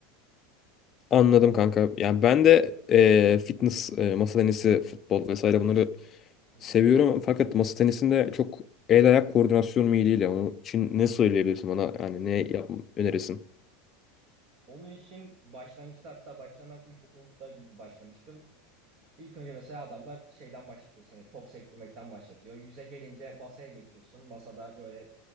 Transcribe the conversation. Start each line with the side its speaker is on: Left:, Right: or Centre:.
Left: anladım kanka. Yani ben de e, fitness, e, masa tenisi, futbol vesaire bunları
Right: Hı hı.
Left: seviyorum. Fakat masa tenisinde çok el ayak koordinasyon mu iyi değil ya. Onun için ne söyleyebilirsin bana? Yani ne yap önerirsin?
Right: Onun için başlangıçta hatta başlamak ilkokulda gibi başlamıştım. İlk önce mesela adamlar şeyden başlatıyor seni. Top sektirmekten başlatıyor. Yüze gelince masaya geçiyorsun. Masada böyle